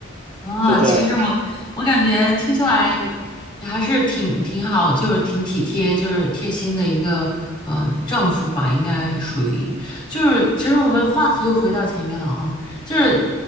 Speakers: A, on the right; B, on the left.
A: <laughs>
B: 啊，
A: 就这样子。
B: 其实我我感觉听下来，你还是挺挺好，就是挺体贴，就是贴心的一个呃丈夫吧，应该属于。就是其实我们话题又回到前面了啊，就是